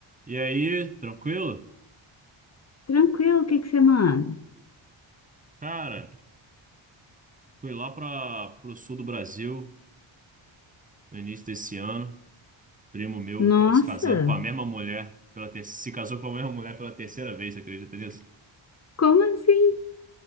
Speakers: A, on the right; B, on the left.
A: E aí, tranquilo?
B: Tranquilo, o que é que você manda?
A: Cara, fui lá para o sul do Brasil no início desse ano. Primo meu
B: Nossa,
A: tá se casando com a mesma mulher pela ter... se casou com a mesma mulher pela terceira vez, você acredita nisso?
B: como assim?